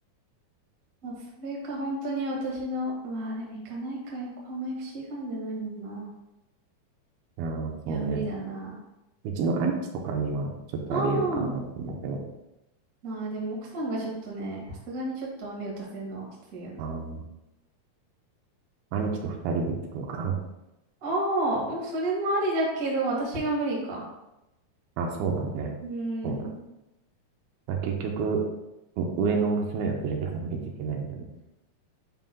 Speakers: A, on the right (about 45°); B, on the right (about 80°).
A: まあそれか本当に私の、まあでも行かないか、横浜 FC フシーファンじゃないもんな。
B: ああそうね。
A: いや、無理だな。
B: うちの兄貴とかにはちょっとあり得るかなと思うけど。
A: ああ。まあでも奥さんがちょっとね、さすがにちょっと雨打たせるのはきついよな。
B: あー、兄貴と二人で行ってくるかな。
A: ああ、もうそれもありだけど、私が無理か。
B: あ、そうだね。
A: うーん。
B: そうだね。だから結局、う上の娘は連れてかないといけないんだね。